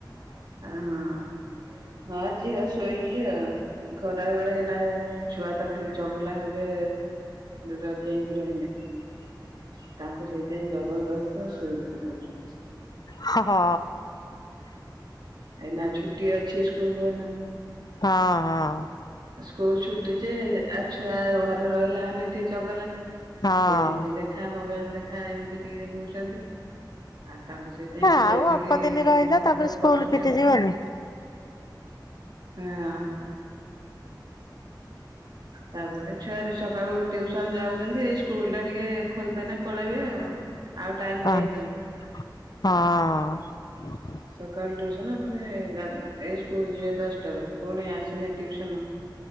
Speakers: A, on the right; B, on the left.
A: ହଁ ହଁ ଝିଅ ଶୋଇଛି ଆଉ ଖରା ବେଳେ ଏଇନା ଛୁଆ ତ ଖାଲି ଚଗଲା ହେବେ ରା ଯାଇକି ରହିଲା ତାଙ୍କୁ ସେଇଥିପାଇଁ ଜବରଦସ୍ତ ଶୋଇ ପକଉଚୁ।
B: ହଁ।
A: ଏଇନା ଛୁଟି ଅଛି ସ୍କୁଲ ଏଇନା
B: ହଁ ହଁ।
A: ସ୍କୁଲ ଛୁଟି ଯେ ଆଉ ଛୁଆ ଘରେ ରହିଲା ମାନେ ଟିକେ ଚଗଲା
B: ହଁ
A: ଏ ଟିଭିି ଦେଖା ମୋବାଇଲ ଦେଖା ଏମିତି ଟିକେ ହଉଛନ୍ତି ଆଉ ତାଙ୍କୁ ସେଥିପାଇଁ
B: ଆଉ
A: ଏଠି ଜଗିକି
B: ଅଳ୍ପ ଦିନ ରହିଲା
A: ରଖିବାକୁ
B: ତାପରେ ସ୍କୁଲ
A: ପଡୁଛି
B: ଫିଟିଯିବନି।
A: ଆଉ ହଁ ତାପରେ ଛୁଆରେ ସକାଳୁ ଟିୁସନ ଯାଉଛନ୍ତି ଏଇ ସ୍କୁଲ ଟା ଟିକେ ଖୋଲିଦେ ନା ପଳେଇବେ ଆଉ ଆଉ ଟାଇମ
B: ହଁ
A: କାହିଁ ତାଙ୍କୁ
B: ହଁ
A: ସକାଳ ଟ୍ୟୁସନ ଏପଟ ଏଇ ସ୍କୁଲ ଯିବେ ଦଶଟାରୁ ପୁଣି ଆସିଲେ ଟ୍ୟୁସନ୍।